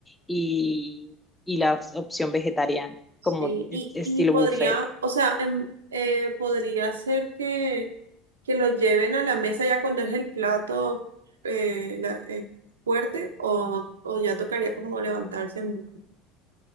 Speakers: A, in the centre; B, on the right.
A: y, y la opción vegetariana,
B: Sí,
A: como e-
B: y,
A: estilo
B: y podría,
A: buffet.
B: o sea, em, eh, podría ser que, que lo lleven a la mesa ya cuando es el plato eh, la- eh, fuerte o, o ya tocaría como levantarse. en-